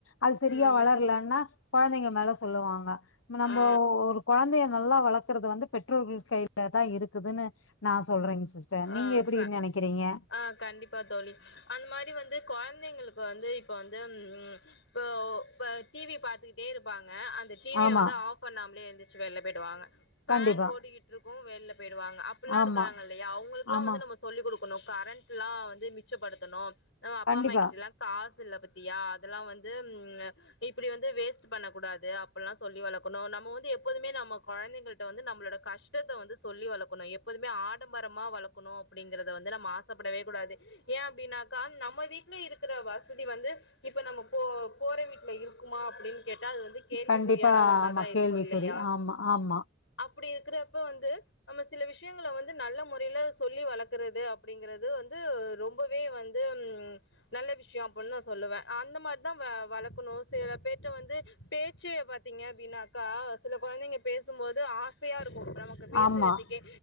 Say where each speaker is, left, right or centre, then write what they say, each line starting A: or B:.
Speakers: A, on the left; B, on the left.
A: அது சரியா
B: ம்
A: வளரலன்னா கொழந்தைங்க மேல சொல்லுவாங்க நம்ப
B: ஆ
A: ஒரு கொழந்தைய நல்லா வளக்கறது வந்து பெற்றோர்கள் கையில தான் இருக் ருக்குதுன்னு நான் சொல்றேங்க சிஸ்டர்
B: ஆ
A: நீங்க எப்டி
B: க
A: நெனக்கிறீங்க
B: ஆ கண்டிப்பா தோழி அந்த மாதிரி வந்து கொழந்தைங்களுக்கு வந்து இப்ப வந்து இப்ப டி வி பாத்துக்கிட்டே இருப்பாங் க அந்த டி விய
A: ஆமா
B: வந்து ஆஃப் பண்ணாமலே எந்துச்சு வெளில போயிடு வாங்க ஃபான்
A: கண்டிப்பா
B: ஓடிக்கிட்டுருக்கும் வெளில பேய்டுவாங்க அப்டில்லாம்
A: ஆமா
B: இருக்காங்கல்லையா அவங்களுக்குல்லாம்
A: ஆமா
B: வந்து நம்ப சொல்லி குடுக் டுக்கணும் கரண்ட்ல்லாம் வந்து மிச்சப்படுத்தணும் நம்ம அப்பா
A: கண்டிப்பா
B: அம்மா கிட்டல்லாம் காசு இல்ல பாத்தியா இதெல்லாம் வந்து ம் இப் இப்டி வந்து வேஸ்ட் பண்ணக்கூடாது அப்டில்லாம் சொல்லி வளக்கணும் நம்ம வந்து எப்போதுமே நம்ம கொழந்தைகள்ட்ட வந்து நம்மளோட கஷ் ஷ்டத்த வந்து சொல்லி வளக்கணும் எப்போதுமே ஆடம்பரம் மா வளக்கணும் அப்பிடிங்கிறத வந்து நம்ம ஆசப்படவே கூடாது ஏன் அப்பிடினாக்க நம்ம வீட்டுல இருக்கிற வச தி வந்து இப்ப நம்ம போ போற வீட்டுல இருக்குமா அப்பிடின் னு கேட்டா அது வந்து கேள்விக்குறியான
A: கண்டிப்பா
B: ஒன்னா
A: ஆமா
B: தான் இருக்கும்
A: கேள்விக்குறி
B: இல்லையா
A: ஆமா ஆமா
B: அப் ப்பிடி இருக்கிறப்ப வந்து நம்ம சில விஷயங்கள வந்து நல்ல மொற இப்டிலா சொல்லி வளக்குறது அப்பிடிங்கிறது வந்து ரொம்பவே வந்து நல்ல விஷயம் அப்ப டி ன்னு நா சொல்லுவேன் அந்த மாதிரி தா வளக்கணும் சில பேர்ட்ட வந்து பேச்சே பாத்தீங்க அப்பிடின்னாக்கா கா சில கொழந்தைங்க பேசும்போது ஆசையா இருக்கும் நமக்கு பேசுறதுக்கே
A: ஆமா